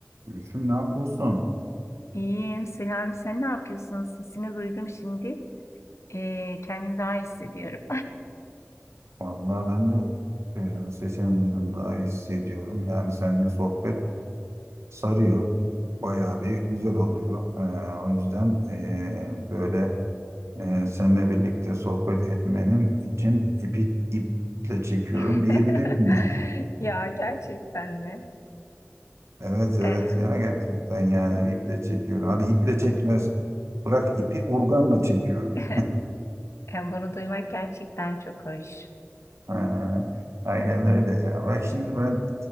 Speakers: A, on the right; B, on the left.
A: Gülüşüm ne yapıyorsun?
B: İyiyim. Selam. Sen ne yapıyorsun? Sesini duydum şimdi. Ee, kendimi daha iyi hissediyorum.
A: Vallahi ben de e, sesini duydum daha iyi hissediyorum. Yani seninle sohbet sarıyor. Bayağı bir güzel oluyor. E, o yüzden e, böyle e, seninle birlikte sohbet etmenin için ipi, iple çekiyorum
B: <laughs>
A: diyebilirim yani.
B: Ya gerçekten mi?
A: Evet evet
B: Eh,
A: ya gerçekten yani iple çekiyorum. Hadi iple çekmez. Bırak ipi urganla çekiyorum.
B: <laughs> eh, bunu duymak gerçekten çok hoş.
A: Ha, aynen öyle ya. Bak şimdi ben